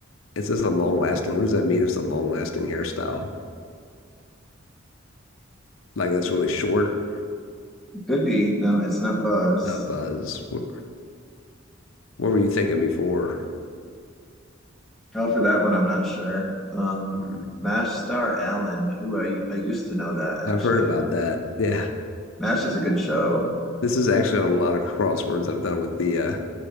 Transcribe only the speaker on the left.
it says a long lasting. What does that mean if it's a long lasting hairstyle? Like that's really short,
not buzz. What what were you thinking before?
Hmm,
I've
heard about that. Yeah.
This is actually on a lot of crosswords I've done with the uh,